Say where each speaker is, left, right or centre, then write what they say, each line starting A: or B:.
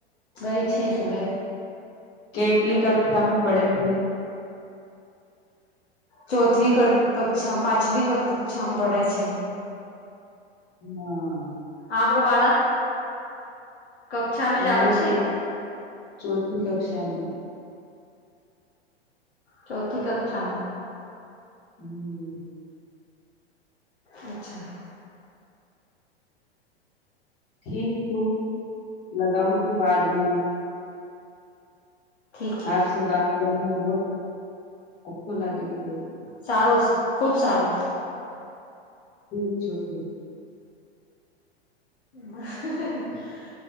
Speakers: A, on the left; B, on the left.
A: ગઈ છે સુબે.
B: કેટલી કક્ષામાં પડે છે?
A: ચોથીવી કક્ષા પાંચમ કક્ષામાં પડે છે.
B: હમ.
A: આપ્રો બાળક? કક્ષામાં
B: મારો
A: જ આવે છે
B: તો ચોથી કક્ષામાં.
A: ચોથી કક્ષામાં.
B: હમ.
A: અચ્છા.
B: ઠીક છું, લગાવ છું બાદમાં.
A: ઠીક હે
B: આપ બાત કરને બહ, અચછો લાગે છે.
A: સારું ખુબ સારું.
B: ઠીક છો ઠીક.
A: હ <unintelligible>